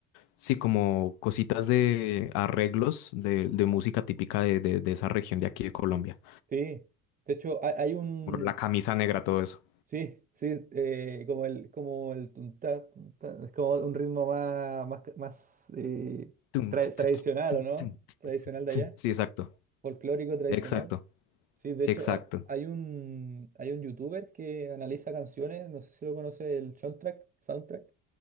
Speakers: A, on the left; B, on the right.
A: Sí, como cositas de arreglos de, de música típica de, de, de esa región de aquí de Colombia.
B: sí. De hecho, hay, hay un.
A: la camisa negra, todo eso.
B: Sí, sí, eh, como el, como el tuntá, tuntá, es como un ritmo más, más, más eh,
A: Tum,
B: tra-
A: tss,
B: tradicional,
A: tss, tss, tum,
B: ¿o no?
A: tum,
B: Tradicional de
A: tum.
B: allá,
A: Sí, exacto,
B: folclórico tradicional.
A: exacto,
B: Sí, de
A: exacto.
B: hecho, ha- hay, un, hay un youtuber que analiza canciones, no sé si lo conoce, el soundtrack, soundtrack.